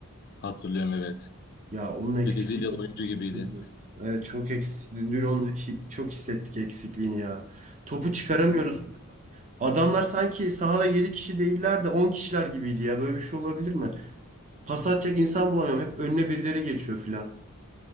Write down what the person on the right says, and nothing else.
Ya onun eksikliğini
çok
hissediyoruz. Evet çok eksik. Dün, dün onu hi- çok hissettik eksikliğini ya. Topu çıkaramıyoruz. Adamlar sanki sahada 7 kişi değiller de 10 kişiler gibiydi ya. Böyle bir şey olabilir mi? Pas atacak insan bulamıyorum. Hep önüne birileri geçiyor filan.